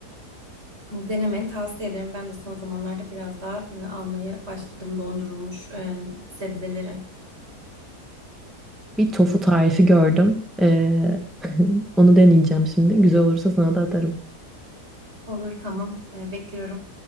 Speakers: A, on the right; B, in the centre.
A: Denemeni tavsiye ederim. Ben de son zamanlarda biraz daha e, almaya başladım dondurulmuş e, sebzeleri.
B: Bir tofu tarifi gördüm E, <laughs> onu deneyeceğim şimdi güzel olursa sana da atarım.
A: Olur tamam E, bekliyorum.